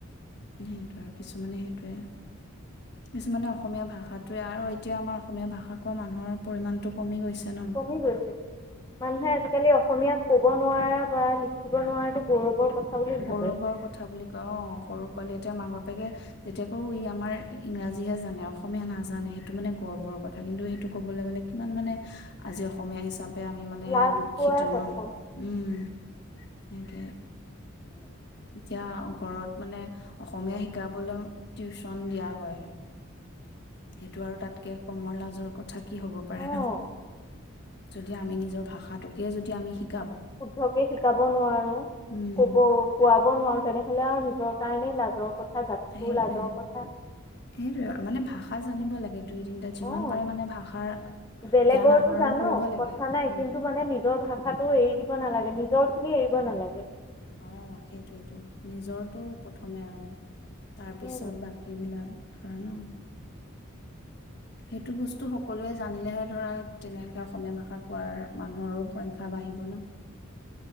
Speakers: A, on the left; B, on the left.
A: সেইটো আৰু কিছুমানে সেইটোৱে কিছুমানে অসমীয়া ভাষাটোোৱে আৰু এতিয়া আমাৰ অসমীয়া ভাষা কোৱা মানুহৰ পৰিমান টো কমি গৈছে। ন
B: কমি গৈছে মানুহে আজিকালি অসমীয়া ক'ব নোৱাৰা বা লিখিব নোৱাৰাটো গৌৰৱৰ কথা। বুলি ভাবে।
A: গৌৰৱৰ কথা বুলি ক অ সৰু পোৱালি এতিয়া মাক বাপে সাপেকে যেতিয়া কও ই আমাৰ ইংৰাজীহে জানে অসমীয়া নাজানে সেইটো মানে গৰ্বৰ কথা কিন্তু সেইটো কবলৈ গ'লে কিমান মানে আজি অসমীয়া হিচাপ হিচাপে আমি মানে
B: লাজ
A: দুখিত
B: পোৱাৰ কথা,
A: ন উম সেইটোৱে কিয় <unintelligible> ঘৰত মানে অসমীয়া শিকাবলৈ টিউচন দিয়া হয় সেইটো আৰু তাতকে কমৰ লাজৰ কথা কি হব পাৰে
B: অ'
A: ন যদি আমি নিজৰ ভাষাটোকে যদি আমি শি
B: শুদ্ধকে শিকাব নোৱাৰো
A: উম
B: কব কোৱা ল'ব নোৱাৰোঁ তেনেহ'লে আৰু নিজৰ কাৰণেই লাজৰ কথা জাতিটোৰ
A: সেইটোৱে
B: লাজৰ কথা।
A: সেইটোয়ে মানে ভাষা জানিব লাগে দুই তিনিটা যিমান
B: অ'
A: পাৰে মানে ভাষাৰ
B: বেলেগৰটো
A: জ্ঞান আহৰণ
B: জান
A: কৰিব লাগে
B: কথা নাই
A: উম
B: কিন্তু মানে নিজৰ ভাষাটো এৰি দিব নালাগে নিজৰ খিনি এৰিব নালাগে।
A: অ'হ সেইটোৱেইটো নিজৰটো প্ৰথমে আৰু তাৰ পিছত
B: উম।
A: বাকী বিলাক। ধৰা ন' সেইটো বস্তু সকলোৱে জানিলেহে ধৰা তেনেকে অসমীয়া ভাষা কোৱাৰ মানুহৰো সংখ্যা বাঢ়িব ন।